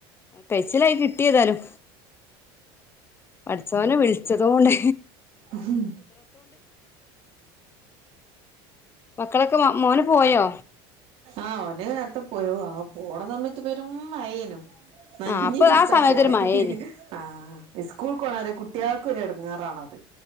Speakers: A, on the left; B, on the right.
A: കയ്ച്ചിലായി കിട്ട്യേതാലും. പടച്ചോനെ വിളിച്ചത് അതോണ്ട്
B: ആഹ്.
A: മക്കളൊക്കെ മോന് പോയോ?
B: ആഹ് ഓന് നേർത്ത പോയി. ആഹ് പോണ സമയത്ത് പെരും മയേനു. നനഞ്ഞ്
A: ആഹ് അപ്പൊ
B: പിയ്ത്താ
A: ആ സമയത്ത്
B: പോയത്.
A: ഒരു മഴേനി
B: ആഹ് ഇസ്കൂൾക്കോണരെ കുട്ട്യാൾക്കൊര് എടങ്ങേറാണത്.